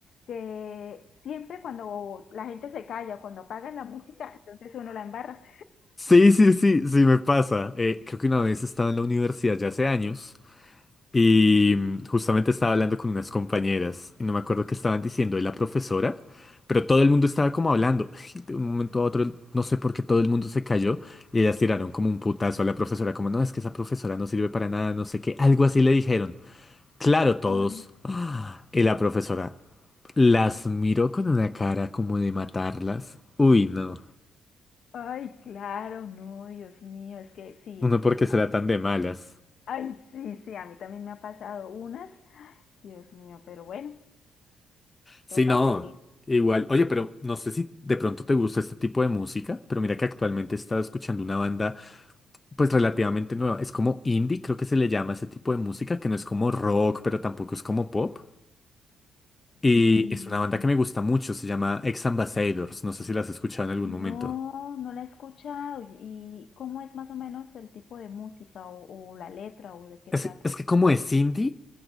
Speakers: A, on the left (about 65°); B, on the left (about 20°).
A: que siempre cuando la gente se calla, cuando apagan la música, entonces uno la embarra.
B: Sí, sí, sí, sí me pasa. Eh, creo que una vez estaba en la universidad ya hace años. Y mm, justamente estaba hablando con unas compañeras y no me acuerdo qué estaban diciendo de la profesora, pero todo el mundo estaba como hablando. <laughs> De un momento a otro, no sé por qué todo el mundo se cayó y ellas tiraron como un putazo a la profesora, como no, es que esa profesora no sirve para nada, no sé qué, algo así le dijeron. Claro, todos.
A: Ay,
B: Y la profesora las miró con una cara como de matarlas. Uy, no.
A: ay, claro, no, Dios mío, es que sí,
B: Uno
A: es
B: porque
A: que ah,
B: será tan de malas.
A: Ay, sí, sí, a mí también me ha pasado unas. Dios mío, pero bueno,
B: Sí,
A: toca
B: no,
A: seguir.
B: igual. Oye, pero no sé si de pronto te gusta este tipo de música, pero mira que actualmente he estado escuchando una banda pues relativamente nueva. Es como indie, creo que se le llama ese tipo de música, que no es como rock, pero tampoco es como pop. Y
A: Mm,
B: es una
A: No,
B: banda que me gusta mucho, se llama Ex Ambassadors. No sé si las has escuchado en algún
A: no,
B: momento.
A: no la he escuchado. ¿Y y cómo es más o menos el tipo de música o, o la letra o de qué
B: Es,
A: trata?
B: es que como es indie,